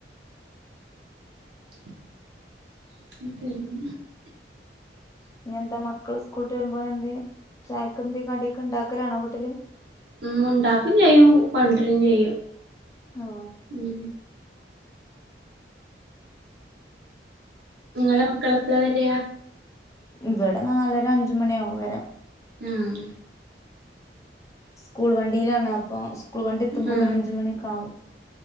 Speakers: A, on the right; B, on the left.
A: <inaudible>
B: ഇനി എന്താ മക്കള് സ്കൂൾട്ട് വരുമ്പോനെന്തെ ചായക്ക് എന്ത് കടിയൊക്കെ ഇണ്ടാക്കലാണോ വീട്ട്ല്?
A: ഉം ഇണ്ടാക്കും ചെയ്യും. കൊണ്ടരും ചെയ്യും.
B: ഓ
A: ഉം. ഇങ്ങളെ മക്കളെ എപ്പള വര?
B: ഇവടെ നാലര അഞ്ച് മണിയാവും വരാ
A: ആഹ്
B: സ്കൂൾ വണ്ടിയിലാണ്. അപ്പൊ സ്കൂൾ വണ്ടി എത്തുമ്പോക്ക്ന്
A: ആഹ്
B: അഞ്ച് മണിയൊക്കെ ആകും.